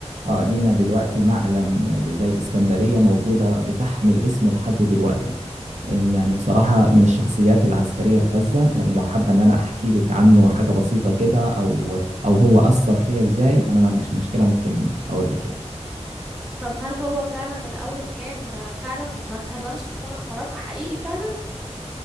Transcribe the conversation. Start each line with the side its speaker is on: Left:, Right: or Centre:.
Right: اه لينا دلوقتي معلم زي الاسكندريه موجوده بتحمل اسمه لحد دلوقتي يعني بصراحة من الشخصيات العسكرية الفذة يعني لو حابة إن أنا أحكي لك عنه حاجة بسيطة كده أو أو هو أثر فيا إزاي أنا ما عنديش مشكلة ممكن أقول لك يعني.
Centre: طب هل هو فعلا الأول كان فعلا ما اتهزمش في ولا معركة حقيقي فعلا